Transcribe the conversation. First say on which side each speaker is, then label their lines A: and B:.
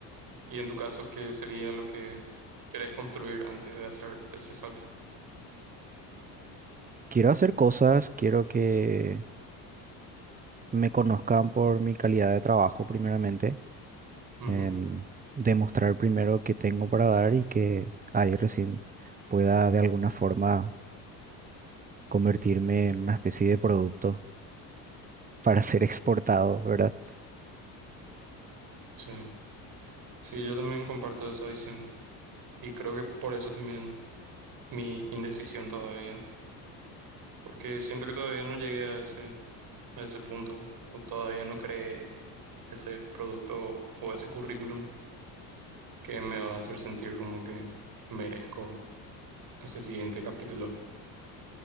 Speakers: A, on the right (about 50°); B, on the right (about 20°).
A: ¿Y en tu caso, qué sería lo que querés construir antes de hacer ese salto?
B: Quiero hacer cosas, quiero que me conozcan por mi calidad de trabajo primeramente,
A: Ujú,
B: en demostrar primero qué tengo para dar y que ahí recién pueda de alguna forma convertirme en una especie de producto para
A: ujú.
B: ser <laughs> exportado, ¿verdad?
A: Sí. Sí, yo también comparto esa visión. Y creo que por eso también mi indecisión todavía. Porque siento que todavía no llegué a ese a ese punto o todavía no creé ese producto o ese currículum que me va a hacer sentir como que merezco ese siguiente capítulo.